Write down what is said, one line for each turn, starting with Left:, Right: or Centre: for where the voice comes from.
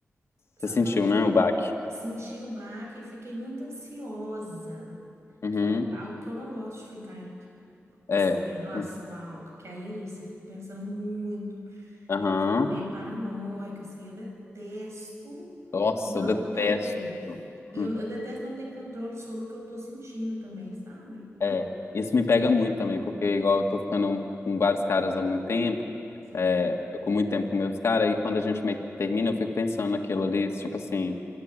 Right: Sabe
Left: Você sentiu,
Right: quando você fi-
Left: né, o baque?
Right: senti o baque e fiquei muito ansiosa,
Left: Uhum,
Right: que é o- algo que eu não gosto de ficar
Left: é.
Right: sabe, em relação
Left: Uhum.
Right: a algo, que aí é isso, eu fico pensando muito,
Left: Aham.
Right: e aí fico meio paranoica, assim, eu detesto.
Left: Nossa,
Right: Não
Left: eu detesto.
Right: ter, é,
Left: Hum,
Right: e
Left: hum.
Right: eu, eu detesto não ter controle sobre o que eu tô sentindo também, sabe?
Left: É, isso me pega muito também, porque igual eu tô ficando com vários caras há muito tempo,
Right: Sei.
Left: é, fico muito tempo com meus caras, e quando a gente meio que termina, eu fico pensando naquilo ali, tipo assim,